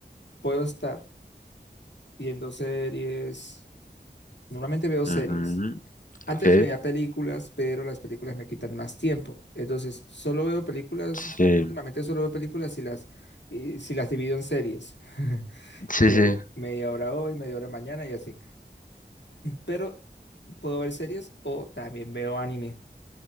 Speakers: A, on the left; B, on the left.
A: puedo estar viendo series. Normalmente veo
B: Ujú,
A: series. Antes
B: ok.
A: veía películas, pero las películas me quitan más tiempo. Entonces, solo veo películas,
B: Sí,
A: últimamente solo veo películas y las, y si las divido en series. <laughs>
B: sí,
A: Veo
B: sí.
A: media hora hoy, media hora mañana y así. Pero puedo ver series o también veo anime.